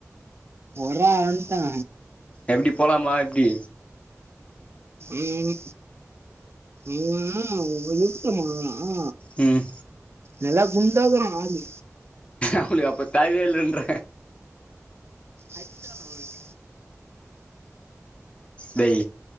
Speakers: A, on the right; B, on the left.
A: ஓட்ரா வண்டா
B: எப்டி போலாமா எப்டி
A: ம் உ நா உத்தமா ஆ
B: ம்
A: நெல்லா குண்டாகு ஆது
B: அவளுக்கு அப்ப தாய்வே இல்லன்ற
A: அச்சா <unintelligible>
B: டய்